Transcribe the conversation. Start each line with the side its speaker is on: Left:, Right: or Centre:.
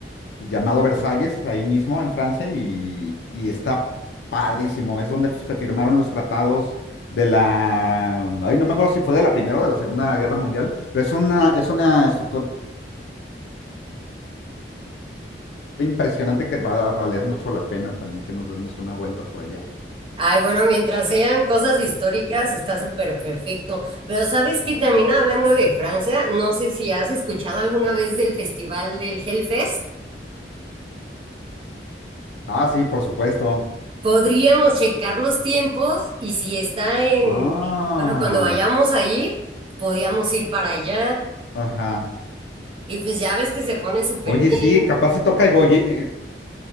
Left: llamado Versalles, ahí mismo en Francia, y, y está padrísimo, es donde se firmaron los tratados de la, ay, no me acuerdo si fue de la Primera o de la Segunda Guerra Mundial. Pero es una, es una estructura impresionante que va a valer mucho la pena también que nos demos una vuelta por allá.
Right: Ay, bueno, mientras sean cosas históricas, está súper perfecto. Pero sabes que también hablando de Francia, no sé si has escuchado alguna vez del festival del Hellfest.
Left: Ah, sí, por supuesto.
Right: Podríamos checar los tiempos y si está en,
Left: Ah,
Right: bueno, cuando vayamos a ir, podíamos ir para allá.
Left: ajá.
Right: Y pues ya ves que se pone súper
Left: Oye,
Right: bien.
Left: sí, capaz si toca el Goyi, eh,